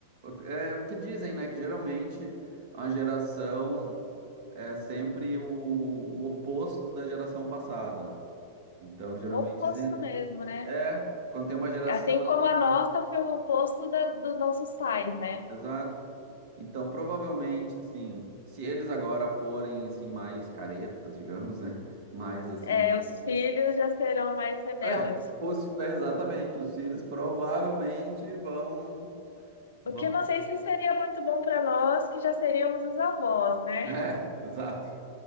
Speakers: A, on the right; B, on the left.
A: é é o que dizem, né, que geralmente a geração é sempre o, o oposto da geração passada. Então, geralmente
B: O oposto
A: dizem,
B: mesmo, né?
A: é, quando tem uma geração
B: Assim
A: assim,
B: como a nossa foi o oposto da- dos nossos pais, né?
A: Exato. Então, provavelmente, assim, se eles agora forem, assim, mais caretas, digamos, <laughs> né? Mais, assim...
B: É, os filhos já serão mais rebeldes.
A: É, os, é, exatamente, os filhos provavelmente vão... vão...
B: O que eu não sei se seria muito bom para nós, que já seríamos os avós, né?
A: É, <laughs> exato,